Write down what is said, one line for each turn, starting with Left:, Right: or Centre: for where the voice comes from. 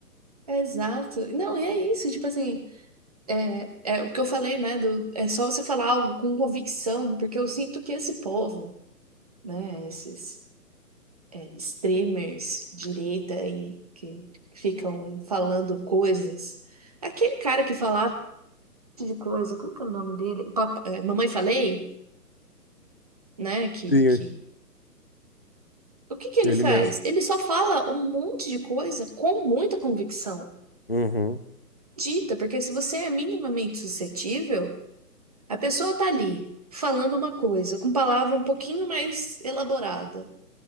Right: É exato. Não, e é isso, tipo assim. É, é o que eu falei, né? do- é só você falar algo com convicção, porque eu sinto que esse povo, né? Esses é, extremers direita aí que ficam falando coisas. Aquele cara que falava um monte de coisa, como que é o nome dele? O papa- é, Mamãe Falei, né? Que,
Left: Sim,
Right: que, o que que ele
Left: Ele
Right: faz?
Left: mesmo.
Right: Ele só fala um monte de coisa com muita convicção.
Left: Uhum.
Right: Dita, porque se você é minimamente suscetível A pessoa tá ali falando uma coisa com palavra um pouquinho mais elaborada,